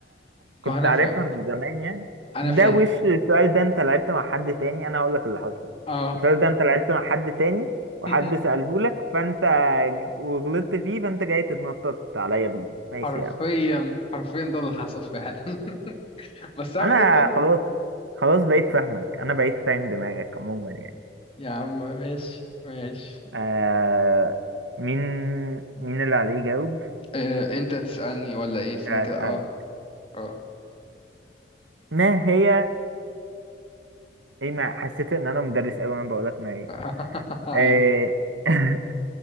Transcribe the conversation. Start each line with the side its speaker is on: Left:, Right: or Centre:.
Right: كنت
Left: ما أنا
Right: عارفها
Left: فاهم
Right: من زمان يعني
Left: أنا
Right: ده
Left: فاهم
Right: وش السؤال ده انت لعبت مع حد تاني انا هقول لك اللي حصل
Left: أه
Right: السؤال ده انت لعبت مع حد تاني وحد
Left: <laughs>
Right: سأله لك فانت ج- وغلطت فيه فانت جاي تتنطط عليا بيه ماشي
Left: حرفيا
Right: يا عم
Left: حرفيا ده اللي حصل فعلا <laughs> بس أعمل
Right: انا
Left: إيه طيب
Right: خلاص خلاص بقيت فاهمك انا بقيت فاهم دماغك عموما يعني
Left: يا عم ماشي ماشي
Right: آه مين مين اللي عليه يجاوب
Left: آه، أنت تسألني ولا إيه استنى
Right: آه،
Left: كده
Right: اسألك
Left: أه أه
Right: ما هي ايه ما حسيت ان انا مدرس قوي وانا بقول لك ما ايه
Left: <laughs> أيوة.
Right: ايه <laughs>